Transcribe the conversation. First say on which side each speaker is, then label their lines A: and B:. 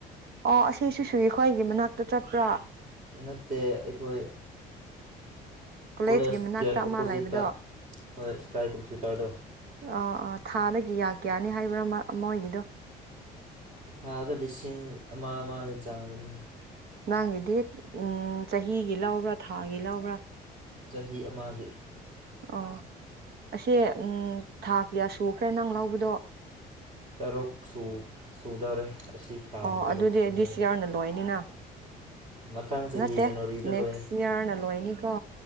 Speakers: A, on the right (about 70°); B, on the right (about 45°).
A: ꯑꯣ ꯑꯁꯤꯁꯤꯁꯨ ꯈ꯭ꯣꯏꯒꯤ ꯃꯅꯥꯛꯇ ꯆꯠꯄ꯭ꯔꯥ
B: ꯅꯠꯇꯦ ꯑꯩꯈꯣꯏ
A: ꯀꯣꯂꯦꯖꯀꯤ
B: ꯀꯣꯂꯦꯖ
A: ꯃꯅꯥꯛꯇ
B: ꯒꯦꯠ
A: ꯑꯃ
B: ꯑꯣꯄꯣꯖꯤꯠꯇ
A: ꯂꯩꯕꯗꯣ
B: ꯍꯣꯏ ꯁ꯭ꯀꯥꯏ ꯀꯝꯄ꯭ꯌꯨꯇꯔꯗꯣ
A: ꯑꯥ ꯑꯥ ꯊꯥꯗ ꯀꯤꯌꯥ ꯀꯤꯌꯥꯅꯦ ꯍꯥꯏꯕ꯭ꯔꯥ ꯃꯥ ꯃꯣꯏꯒꯤꯗꯣ
B: ꯊꯥꯗ ꯂꯤꯁꯤꯡ ꯑꯃ ꯑꯃꯒꯤ ꯆꯥꯡ ꯑꯗꯨꯝꯅꯦ
A: ꯅꯪꯒꯤꯗꯤ ꯎꯝ ꯆꯍꯤꯒꯤ ꯂꯧꯕ꯭ꯔꯥ ꯊꯥꯒꯤ ꯂꯧꯕ꯭ꯔꯥ
B: ꯆꯍꯤ ꯑꯃꯒꯤ
A: ꯑꯣ ꯑꯁꯤ ꯎꯝ ꯊꯥ ꯀꯤꯌꯥ ꯁꯨꯈ꯭ꯔꯦ ꯅꯪ ꯂꯧꯕꯗꯣ
B: ꯇꯔꯨꯛ ꯁꯨ ꯁꯨꯗꯧꯔꯦ ꯑꯁꯤ ꯊꯥꯅ
A: ꯑꯣ
B: ꯇꯔꯨꯛ
A: ꯑꯗꯨꯗꯤ
B: ꯁꯨꯗꯧꯔꯦ
A: ꯗꯤꯁ ꯌꯤꯌꯔꯅ ꯂꯣꯏꯅꯤꯅ
B: ꯃꯊꯪ ꯆꯍꯤ
A: ꯅꯠꯇꯦ
B: ꯖꯦꯅꯋꯥꯔꯤꯗ
A: ꯅꯦꯛꯁ
B: ꯂꯣꯏꯅꯤ
A: ꯏꯌꯥꯔꯅ ꯂꯣꯏꯅꯤꯀꯣ